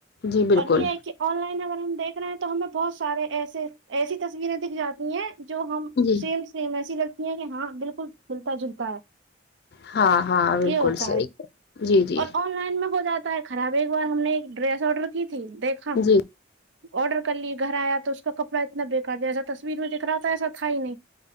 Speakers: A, on the left; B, on the right.
A: جی بالکل
B: اور یہ ہے کہ آن لائن اگر ہم دیکھ رہے ہیں تو ہمیں بہت سارے ایسے ایسی تصویریں دکھ جاتی ہیں جو ہم
A: جی
B: سیم سیم ایسی لگتی ہیں کہ ہاں بالکل ملتا جلتا ہے
A: ہاں ہاں بالکل
B: یہ ہوتا
A: صحیح
B: ہے
A: جی جی
B: اور آن لائن میں ہو جاتا ہے خراب ایک بار ہم نے ایک ڈریس آڈر کی تھی دیکھا
A: جی
B: آڈر کر لی گھر آیا تو اس کا کپڑا اتنا بےیکار ایسا تصویر میں دکھ رہا تھا ایسا تھا ہی نہیں